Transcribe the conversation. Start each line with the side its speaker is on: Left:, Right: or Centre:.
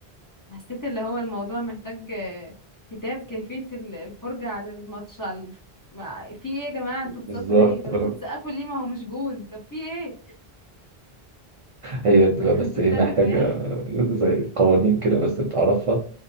Left: حسيت اللي هو الموضوع محتاج آه، كتاب كيفية ال- الفرجة على الماتش على الف- ما- في ايه يا جماعة انتوا بتصوتوا
Right: بالظبط
Left: ليه طب
Right: آه.
Left: انتوا بتسقفوا ليه ما هو مش جون طب في ايه
Right: هي بتبقى
Left: <laughs>
Right: بس
Left: انتوا
Right: ايه
Left: بتعملوا
Right: محتاجة
Left: ايه
Right: <laughs> زي قوانين كده بس بتعرفها